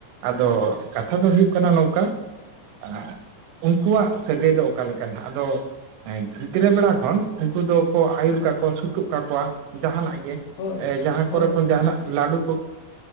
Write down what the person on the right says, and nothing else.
ᱟᱫᱚ ᱠᱟᱛᱷᱟ ᱫᱚ ᱦᱩᱭᱩᱜ ᱠᱟᱱᱟ ᱱᱚᱝᱠᱟ ᱚᱠᱟ ᱩᱱᱠᱩᱣᱟᱜ ᱥᱟᱹᱜᱟᱹᱭ ᱫᱚ ᱚᱠᱟ ᱞᱮᱠᱟᱦᱟᱸᱜ ᱟᱫᱚ ᱦᱮᱸ ᱜᱤᱫᱽᱨᱟᱹ ᱵᱮᱲᱟ ᱠᱷᱚᱱ ᱩᱱᱠᱩ ᱫᱚᱠᱚ ᱟᱹᱭᱩᱨ ᱠᱟᱠᱚ ᱥᱩᱛᱩᱜ ᱠᱟᱠᱚᱣᱟ ᱡᱟᱦᱟᱱᱟᱜ ᱜᱮ
ᱡᱟᱦᱟᱸ
ᱠᱚᱨᱮ ᱠᱷᱚᱱ
ᱡᱟᱦᱟᱱᱟᱜ
ᱞᱟᱹᱰᱩ ᱠᱚ